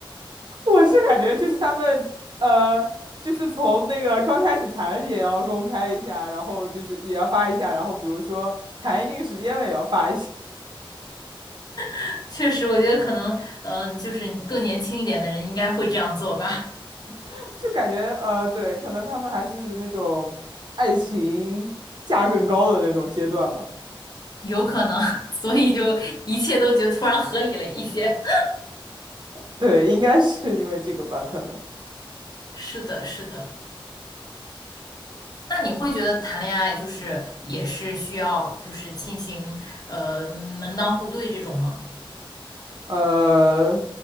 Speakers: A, on the right; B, on the left.
A: 我是感觉就是他们呃，就是从那个刚开始谈也要公开一下，然后就是也要发一下，然后比如说谈一定时间了也要发一下，
B: <laughs> 确实，我觉得可能，嗯，就是你更年轻一点的人应该会这样做吧，
A: <laughs> 就感觉呃，对，可能他们还是那种爱情价更高的那种阶段吧。
B: 有可能，<laughs> 所以就一切都觉得突然合理了一些。
A: 对，应该是因为这个吧，可能。
B: <laughs> 是的，是的。那你会觉得谈恋爱就是也是需要就是进行呃门当户对这种吗？
A: 呃，